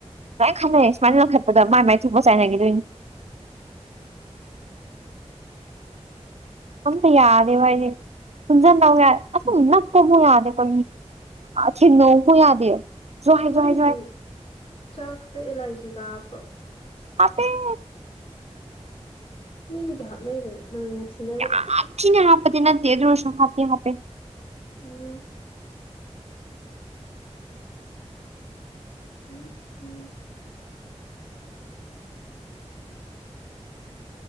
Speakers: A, on the right; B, on the left.
A: ꯂꯥꯏ ꯈꯅꯩ ꯁꯨꯃꯥꯏꯅ ꯂꯪꯈꯠꯄꯗ ꯃꯥꯏ ꯃꯥꯏ ꯆꯨꯄ ꯆꯥꯏꯅꯈꯤꯗꯣꯏꯅꯤ ꯑꯝꯛꯇ ꯌꯥꯗ ꯑꯦ ꯥꯏꯁꯦ ꯄꯨꯟꯁꯤꯟꯗꯎ ꯌꯥꯦ ꯑꯁ ꯅꯞꯄꯕꯨ ꯌꯥꯗꯦ ꯀꯦ ꯁꯤ ꯅꯕꯨ ꯌꯥꯗꯦ ꯖ꯭ꯋꯥꯏ
B: ꯃꯣꯏꯒꯤꯗꯤ
A: ꯖ꯭ꯋꯥꯏ ꯖ꯭ꯋꯥꯏ
B: ꯆꯥꯛꯇ ꯑꯦꯂꯥꯏꯖꯤ ꯀꯥꯕ꯭ꯔꯣ
A: ꯑꯇꯩ
B: ꯃꯤꯒꯤ ꯈꯥꯞꯅꯩꯗꯅ ꯃ ꯅꯅꯨꯡꯁꯤꯅ
A: ꯌꯥꯝꯊꯤꯅ ꯍꯥꯞꯄꯗꯤ ꯅꯗꯤꯦꯗꯣꯁꯨ ꯍꯥꯇꯦ ꯍꯥ ꯄꯦ
B: ꯎꯝ ꯎꯝ ꯎꯝ